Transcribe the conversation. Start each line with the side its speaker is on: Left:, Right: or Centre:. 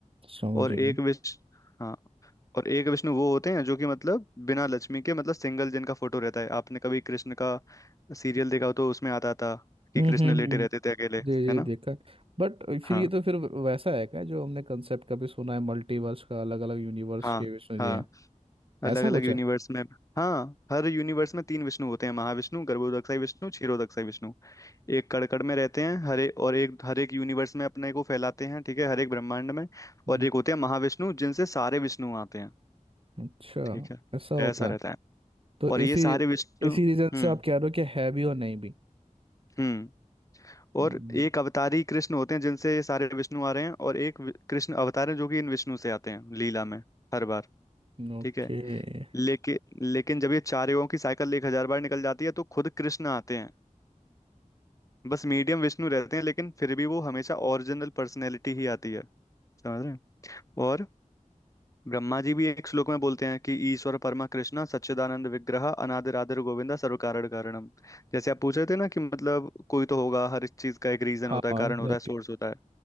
Right: समझ
Left: और
Right: गए
Left: एक विष हाँ और एक विष्णु वो होते हैं जो कि मतलब बिना लक्ष्मी के मतलब सिंगल जिनका फोटो रहता है आपने कभी कृष्ण का सीरियल देखा हो तो उसमें आता था कि
Right: हम्म
Left: कृष्ण
Right: हम्म
Left: लेटे
Right: हम्म।
Left: रहते थे अकेले
Right: जी जी
Left: है ना
Right: देखा है बट
Left: हाँ
Right: फिर ये तो फिर वैसा है क्या जो हमने कंसेप्ट कभी सुना है मल्टीवर्स का अलग अलग यूनिवर्स
Left: हाँ
Right: के विष्णु जी
Left: हाँ
Right: हैं
Left: अलग
Right: ऐसा
Left: अलग
Right: कुछ
Left: यूनिवर्स
Right: है
Left: में हाँ हर यूनिवर्स में तीन विष्णु होते हैं महाविष्णु गर्भोदक्षाई विष्णु क्षीरोदक्षाई विष्णु एक कड़कड़ में रहते हैं हरे और एक हर एक यूनिवर्स में अपने को फैलाते हैं ठीक है हर एक ब्रह्मांड में
Right: हम्म
Left: और एक होते हैं महाविष्णु जिनसे सारे विष्णु आते हैं
Right: अच्छा
Left: ठीक है
Right: ऐसा होता
Left: ऐसा रहता
Right: है
Left: है
Right: तो
Left: और ये
Right: इसी
Left: सारे विष्णु
Right: इसी
Left: हम्म
Right: रीजन से आप कह रहे हो कि है भी और नहीं भी
Left: हम्म
Right: हम्म
Left: और एक अवतारी कृष्ण होते हैं जिनसे ये सारे विष्णु आ रहे हैं और एक वि- कृष्ण अवतार है जो कि इन विष्णु से आते हैं लीला में हर बार
Right: ओके
Left: ठीक है
Right: हम्म,
Left: लेकिन लेकिन जब ये चार युगों की साइकिल एक हजार बार निकल जाती है तो खुद कृष्ण आते हैं बस मीडियम विष्णु रहते हैं लेकिन फिर भी वो हमेशा ओरिजिनल पर्सनैलिटी ही आती है समझ रहे हैं और ब्रह्मा जी भी एक श्लोक में बोलते हैं कि ईश्वर परमा कृष्णा सच्चिदानंद विग्रह अनादिर आदिर गोविंदा सर्व कारण कारणम जैसे आप पूछ रहे थे ना कि मतलब कोई तो होगा हर इस चीज का एक रीजन
Right: हाँ
Left: होता है
Right: एग्जैक्टली
Left: कारण होता है सोर्स होता है